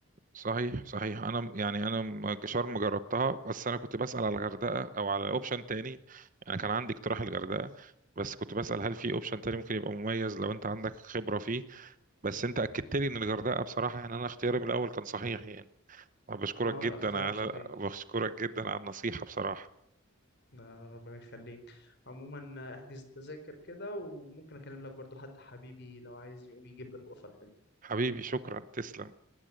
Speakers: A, on the right (about 35°); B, on the left (about 50°).
A: صحيح صحيح أنا م- يعني أنا م- شرم جربتها بس أنا كنت بسأل على الغردقة أو على أوبشن تاني يعني كان عندي اقتراح الغردقة بس كنت بسأل هل في أوبشن تاني ممكن يبقى مميز لو أنت عندك خبرة فيه بس أنت أكدت لي إن الغردقة بصراحة يعني أنا اختياري بالأول كان صحيح يعني أنا بشكرك
B: اه
A: جدا
B: لا اختيارك
A: على
B: صحيح
A: بشكرك جدا على النصيحة بصراحة
B: ده ربنا يخليك عموما احجز التذاكر كده وممكن اكلم لك برضو حد حبيبي لو عايز يقوم يجيب لك اوفر حلو
A: حبيبي شكرا تسلم